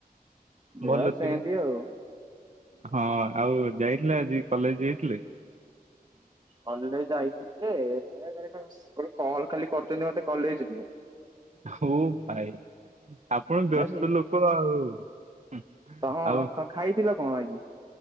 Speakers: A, on the right; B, on the right.
A: ଦେହ
B: ଭଲ
A: ସେମିତି
B: ଥିବ
A: ଆଉ
B: ହଁ ଆଉ ଯାଇଥିଲେ ଆଜି କଲେଜ ଯାଇଥିଲେ?
A: କଲେଜ ଆଜି ଯାଇଥିଲି ଯେ ହେ ଖାଲି କଲ ଖାଲି କରୁଚନ୍ତି ମତେ। କଲେଜରୁ।
B: ହୋ ଭାଇ। ଆପଣ ବ୍ୟସ୍ତ
A: ବୁଝି
B: ଲୋକ ଆଉ ହୁଁ
A: ତମ
B: ଆଉ।
A: ଖାଇଥିଲ କଣ ଆଜି?